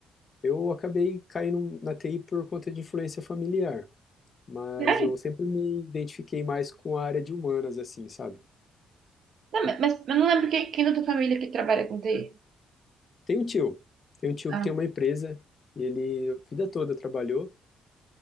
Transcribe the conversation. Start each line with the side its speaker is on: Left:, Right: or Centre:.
Left: eu acabei caindo na TI por conta de influência familiar, mas
Right: Sério?
Left: eu sempre me identifiquei mais com a área de humanas, assim, sabe?
Right: Tá, mas mas eu não lembro quem, quem da tua família que trabalha com TI.
Left: Tem um tio, tem um tio
Right: Ah,
Left: que tem uma empresa e ele a vida toda trabalhou.